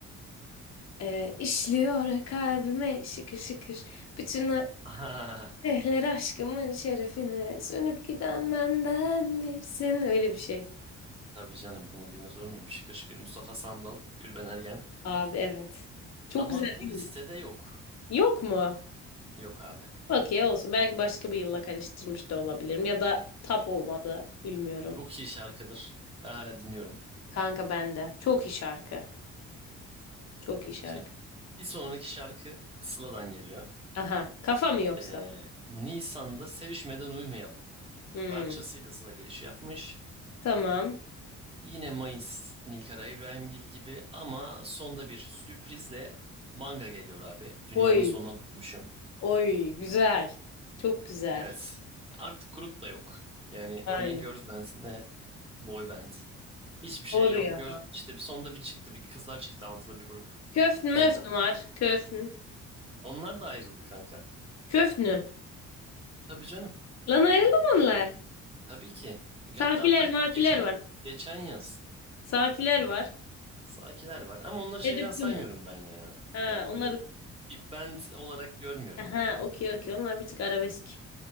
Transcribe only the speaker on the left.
Ee, işliyor kalbime şıkır şıkır. Bütün
dehler aşkımın şerefine sönüp giden benden birsin. Öyle bir şey.
Abi evet. Çok
güzel
değil
mi?
Yok mu?
Okey olsun. Belki başka bir yılla karıştırmış da olabilirim. Ya da tap olmadı. Bilmiyorum.
Kanka bende. Çok iyi şarkı. Çok iyi şarkı.
Aha. Kafa mı yoksa?
Hmm.
Tamam.
Oy.
Oy. Güzel. Çok güzel.
Aynen.
Doğru
ya.
Köfn
möfn var. Köfn.
Köfnü.
Lan ayrıldı mı onlar?
Sakiler
makiler
var.
Sakiler var.
Tedbir
Ha
onları.
Aha
okey okey. Onlar bir tık arabesk.